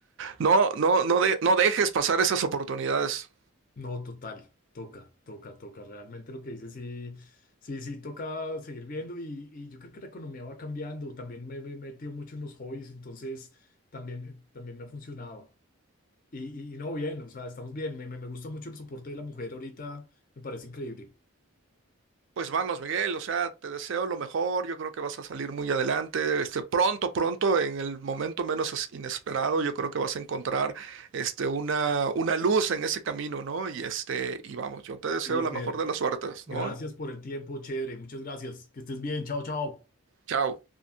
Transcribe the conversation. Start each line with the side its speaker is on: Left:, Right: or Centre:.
Right: No, no, no, de- no dejes pasar esas oportunidades.
Left: No, total, toca, toca, toca. Realmente lo que dice sí, sí, sí, toca seguir viendo y, y yo creo que la economía va cambiando. También me, me he metido mucho en los hobbies, entonces también, también me ha funcionado. Y, y- y no, bien, o sea, estamos bien. Me, me, me gusta mucho el soporte de la mujer ahorita, me parece increíble.
Right: Pues vamos, Miguel, o sea, te deseo lo mejor, yo creo que vas a salir muy adelante, este, pronto, pronto, en el momento menos es- inesperado, yo creo que vas a encontrar, este, una, una luz en ese camino, ¿no? Y este, y vamos, yo te deseo
Left: Y
Right: la
Left: Fer,
Right: mejor de las suertes,
Left: gracias
Right: ¿no?
Left: por el tiempo, chévere, muchas gracias. Que estés bien, chao, chao.
Right: Chao.